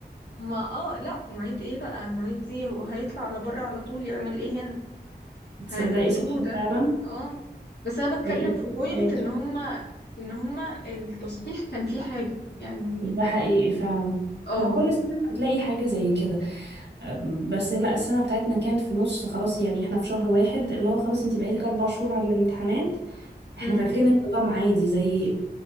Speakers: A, on the left; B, on the right.
A: ما اه لا معيد ايه بقى معيد دي هو هيطلع على بره على طول يعمل ايه هنا
B: <laughs> تصدقي
A: هيلقطوه
B: صح
A: ده
B: فعلا
A: اه بس انا بتكلم
B: هيئة
A: في بوينت
B: حياته
A: ان هما ان هما التصحيح كان فيه حاجة يعني
B: ده حقيقي فعلا
A: اه
B: هو كل سنة هتلاقي حاجة زي كده بس لا السنة بتاعتنا كانت في النص خلاص يعني احنا في شهر واحد اللي هو خلاص انتي بقيتك اربع شهور على الامتحانات احنا
A: مم.
B: فاكرين النظام عادي زي